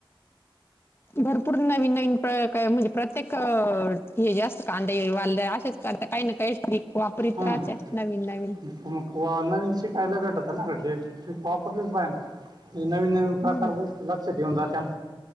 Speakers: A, on the left; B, on the right.
A: भरपूर नवीन म्हणजे प्रत्येक हे जास्त कांदा वालद असशेच करता काही ना काही वापरीत
B: हम्म
A: राहत्या नवीन नवीन
B: मग वाह नवीन शिकायला भेटत ना काे ह वापरलीच पाहि म्हज नवीन नवीन
A: हम्म
B: प्रकार गोष्टी लक्ष ठेऊन जाते.